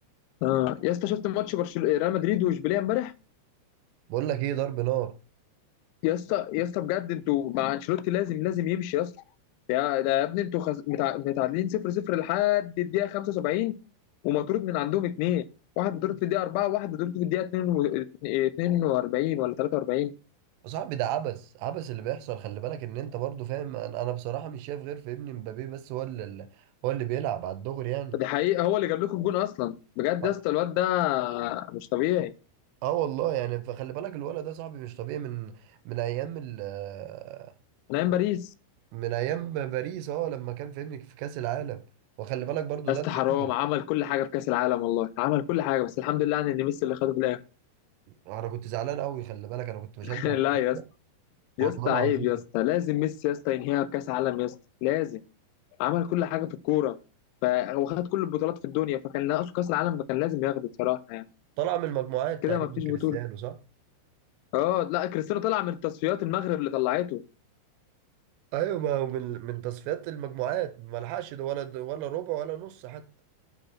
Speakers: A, on the left (about 80°); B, on the right (about 85°).
A: اه يا اسطى شفت ماتش برشلونه ريال مدريد واشبيليه امبارح
B: بقول لك ايه ضرب نار
A: يا اسطى يا اسطى بجد انتوا مع انشيلوتي لازم لازم يمشي يا اسطى يا ده يا ابني انتوا خز... متع... متعادلين 0 0 لحد الدقيقه 75 ومطرود من عندهم اثنين واحد مطرود في الدقيقه 4 وواحد مطرود في الدقيقه 42 ولا 43
B: يا صاحبي ده عبث عبث اللي بيحصل خلي بالك ان انت برضو فاهم انا انا بصراحة مش شايف غير في ابني مبابي بس هو اللي هو اللي بيلعب على الدغري يعني
A: دي حقيقه هو اللي جاب لكم الجون اصلا بجد
B: اه
A: يا اسطى الواد ده مش طبيعي
B: آه والله يعني فخلي بالك الولد ده صاحبي مش طبيعي من من ايام ال آه،
A: نايم باريس
B: من ايام باريس اه لما كان في ابنك في كأس العالم وخلي بالك برضو
A: يا
B: ده
A: اسطى
B: اللي
A: حرام
B: شفته
A: عمل كل حاجه في كاس العالم والله عمل كل حاجه بس الحمد لله يعني ان ميسي اللي خده في الاخر
B: انا كنت زعلان قوي خلي بالك انا كنت بشجع
A: <laughs>
B: فرنسا
A: لا يا اسطى
B: والله
A: يا اسطى
B: العظيم
A: عيب يا اسطى لازم ميسي يا اسطى ينهيها بكاس عالم يا اسطى لازم عمل كل حاجه في الكوره فهو خد كل البطولات في الدنيا فكان ناقصه كاس العالم كان لازم ياخده بصراحه يعني
B: طلع من المجموعات
A: كده
B: تقريبا
A: ما فيش
B: كريستيانو
A: بطوله
B: صح
A: اه لا كريستيانو طلع من التصفيات المغرب اللي طلعته
B: ايوه ما هو من من تصفيات المجموعات ما لحقش ده ولا ولا ربع ولا نص حتى